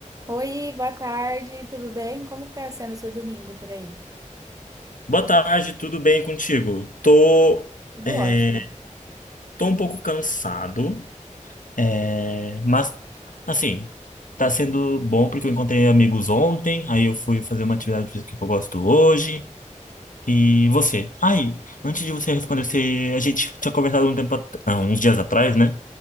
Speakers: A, on the right; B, on the left.
A: Oi, boa tarde, tudo bem? Como que tá sendo o seu domingo por aí?
B: Boa tarde, tudo bem contigo? Tô,
A: Tudo
B: é,
A: ótimo.
B: tô um pouco cansado, é, mas assim, tá sendo bom porque eu encontrei amigos ontem, aí eu fui fazer uma atividade física que eu gosto hoje. E você? Aí, antes de você responder, você- a gente tinha conversado um tempo, at- ah, uns dias atrás, né?